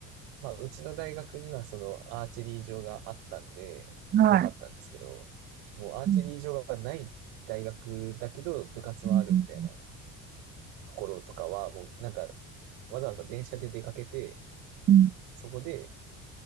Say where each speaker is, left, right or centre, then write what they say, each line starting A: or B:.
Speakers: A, on the right (about 80°); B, on the right (about 25°).
A: まあ、うちの大学にはそのアーチェリー場があったんで、
B: はい、
A: よかったんですけど、もうアーチェリー場がない大学だけど、
B: うん
A: 部活はあるみたいな
B: うん
A: ところとかは、もうなんか、わざわざ電車で出かけて、
B: うん
A: そこで、